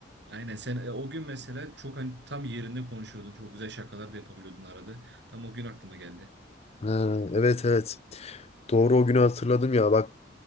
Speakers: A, on the right; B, on the left.
A: Aynen sen e, o gün mesela çok hani tam yerinde konuşuyordun. Çok güzel şakalar da yapabiliyordun arada. Tam o gün aklıma geldi.
B: Ha, evet evet. Doğru o günü hatırladım ya bak.